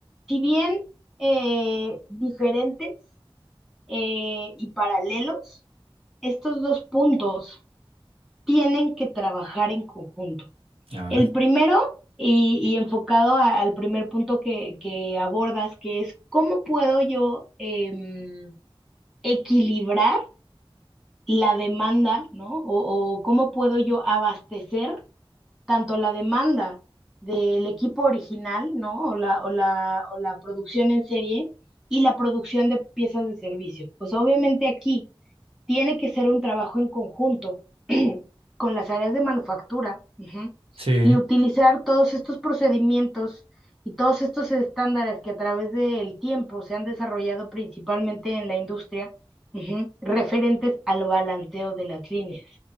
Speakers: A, in the centre; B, on the right.
A: si bien eh, diferentes eh, y paralelos, estos dos puntos tienen que trabajar en conjunto.
B: A
A: El
B: ver.
A: primero, y, y enfocado a- al primer punto que, que abordas, que es cómo puedo yo em, equilibrar la demanda, ¿no? O, o cómo puedo yo abastecer tanto la demanda del equipo original, ¿no? O la, o la, o la producción en serie y la producción de piezas de servicio. Pues obviamente aquí tiene que ser un trabajo en conjunto <clears throat> con las áreas de manufactura, ujú,
B: Sí,
A: y utilizar todos estos procedimientos y todos estos estándares que a través del tiempo se han desarrollado principalmente en la industria, ujú, referentes al balanceo de las líneas.